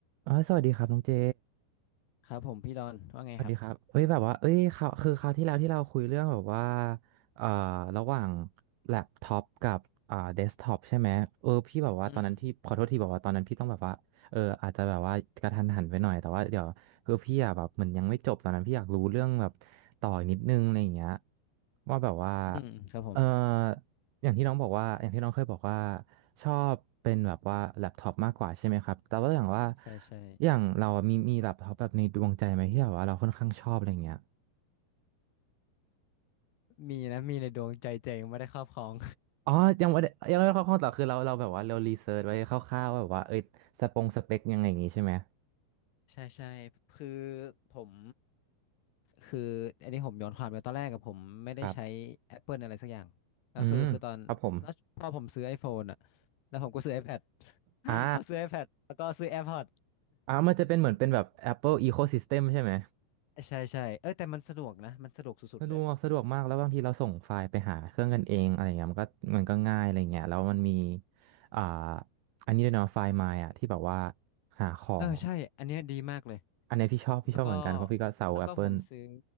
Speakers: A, on the right; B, on the left.
A: ออสวัสดีครับน้องเจ
B: ครับผมพี่ดอนว่าไงครับ
A: สวัสดีครับเอ้ยแบบว่าเอ้ยคราวคือคราวที่แล้วที่เราคุยเรื่องแบบว่าเอ่อระหว่างแล็ปท็อปกับอ่าเดสก์ท็อปใช่ไหมเออพี่แบบว่าตอนนั้นพี่ขอโทษทีบอกว่าตอนนั้นพี่ต้องแบบว่าเอออาจจะแบบว่ากระทันหันไปหน่อยแต่ว่าเดี๋ยวคือพี่อะแบบเหมือนยังไม่จบตอนนั้นพี่อยากรู้เรื่องแบบต่ออีกนิดนึงอะไรอย่างเงี้ย
B: อืม
A: ว่าแบบว่า
B: อืมครับผม
A: เอออย่างที่น้องบอกว่าอย่างที่น้องเคยบอกว่าชอบเป็นแบบว่าแล็ปท็อปมากกว่าใช่ไหมครับแต่ว่าอย่างว่า
B: ใช่ใช่
A: อย่างเราอะมีมีแบบท็อปแบบในดวงใจไหมที่แบบว่าเราค่อนข้างชอบอะไรเงี้ย
B: มีนะมีในดวงใจเจงไม่ได้ครอบครอง
A: อ๋อยังไม่ได้ยังไม่ได้เข้าข้อต่อคือเราเราแบบว่าเรารีเสิร์ชไว้คร่าวๆว่าแบบว่าเอ้ยสปงสเปคยังไงอย่างงี้ใช่ไหม
B: ใช่ใช่คือผมคืออันนี้ผมย้อนความไปตอนแรกกับผมไม่ได้ใช้
A: ครับ
B: Apple อะไรสักอย่างแล้วคือคือตอนแล้วพอผมซื้อ
A: อืมครับผม
B: iPhone อ่ะแล้วผมก็ซื้อ iPad <laughs>
A: อ่า
B: พอซื้อ iPad แล้วก็ซื้อ AirPods
A: อ่ามันจะเป็นเหมือนเป็นแบบ Apple Ecosystem ใช่ไหม
B: <laughs> ใช่ใช่เออแต่มันสะดวกนะมันสะดวกสุดๆเลย
A: สะดวกสะดวกมากแล้วบางทีเราส่งไฟล์ไปหาเครื่องกันเองอะไรเงี้ยมันก็มันก็ง่ายอะไรเงี้ยแล้วมันมีอ่าอันนี้ด้วยเนาะไฟล์ My อ่ะที่แบบว่าหาของ
B: เออใช่อันเนี้ยดีมากเลย
A: อันนี้พี่ชอบพี่ชอบเหมือนกันเพราะพี่ก็สาว
B: แล้วก็แล้วก็ผมซื้อ
A: Apple